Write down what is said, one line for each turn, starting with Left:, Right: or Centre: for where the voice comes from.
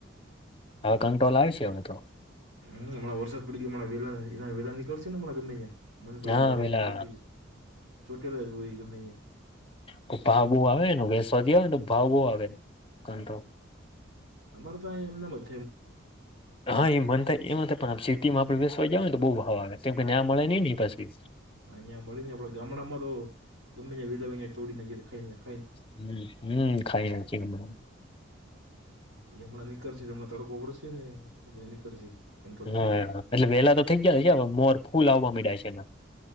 Left: હવે કંટ્રોલ આવે છે હવે તો
Right: હમ હમણા વરસાદ પડી ગ હણા વેલાલા વેલા નીકળશે નેણા ગમે ત્યાં મન પડી
Left: હા
Right: જાળવામાં
Left: પેલા
Right: ચોટી ચોટેલા હોય ગમે અહં
Left: તો ભાવો આવેને વેસવાથી આવેને તો ભાવો આવે કો
Right: અમાર તો એમના મત
Left: હા એ મન થાય એમાં પણમ સિટીમાં આપડ બેેસવાઈાવ ને તો બહુ ભાવ આવેે કેમ કે ન્યા મળે નહી ને પછી
Right: અહંયા મળી ને આપડે ગામડામાં તો ગમેીને વેલા તોડી ના તો ખાઈ ને
Left: હમ હમ ખાઈ નાખીને
Right: એ હમણાં નીકળ છે હમણા તડકો પડશે ને એટલે નીકળશે પછી ઈ કંટોલા
Left: હા એટલે વેલા તો થઇ ગયા મોર ફૂલ આવવા ડ્યા છે એને